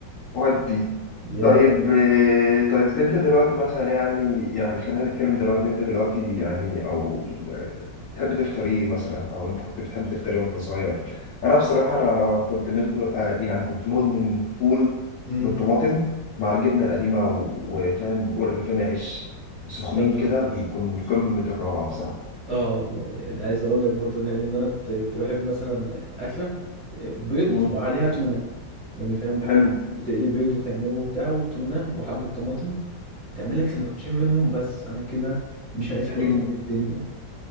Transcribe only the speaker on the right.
يا
امم
يا نهار
أبيض.
اه والله يعني عايز اقول لك برضو يعني ان انا كنت كنت بحب مثلا اكله بيض
وعليها تونه يعني فاهم بت-
بتقلي بيض وتعمله بتاع وتونه وحبه طماطم تعمل لك سندوتشين منهم بس انا كده مش عايز حاجه
تانية في الدنيا